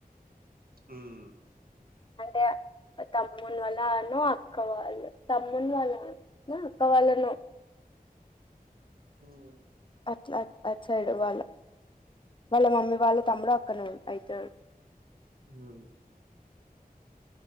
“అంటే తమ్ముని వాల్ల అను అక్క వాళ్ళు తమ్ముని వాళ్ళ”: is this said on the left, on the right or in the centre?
Left